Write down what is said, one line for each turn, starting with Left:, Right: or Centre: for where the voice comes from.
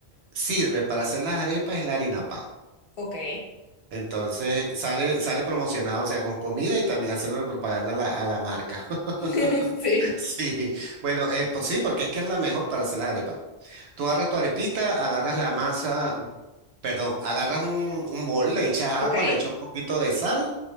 Right: sirve para hacer las arepas es la harina pan.
Left: Ok.
Right: Entonces, sale, sale promocionado, o sea, con comida y también haciéndole propaganda a la, a la marca. <laughs>
Left: <laughs> Sí.
Right: Sí, bueno, eh, pues sí, porque es que es la mejor para hacer las arepas. Tú agarras tu arepita, agarras la masa, Perdón, agarras un, un bol, le echas agua,
Left: Ok.
Right: le echas un poquito de sal